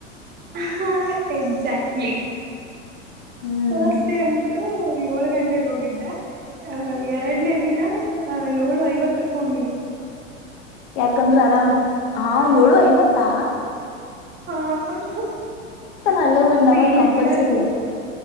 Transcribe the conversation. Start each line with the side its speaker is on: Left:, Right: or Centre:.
Right: ಹ ಎಕ್ಸಾಕ್ಟ್ಲಿ
Left: ಹ್ಮ್
Right: ಫಸ್ಟ್ ಡೇ ಅಂತು ಏಳ ಹತ್ತು, ಗಂಟೆಗೆ ಹೋಗಿದ್ದ ಆಹ ಎರಡನೇ ದಿನ ಏಳು ಐವತ್ತಕ್ಕ ಹೋಗಿನಿ.
Left: ಯಾಕಂದ್ರೆ, ಆರಾಮು, ಹಾ ಏಳುಐವತ್ತಾ?
Right: ಹಾ, ಹಾಹಾ
Left: ಅಲ್ಲೇ ಒಂದ್
Right: ಅಂದ್ರೆ
Left: ಅವರ್
Right: ಇಲ್ಲಿ
Left: ಕಂಪಲ್ಸರಿ
Right: ಬಿಡಿದು,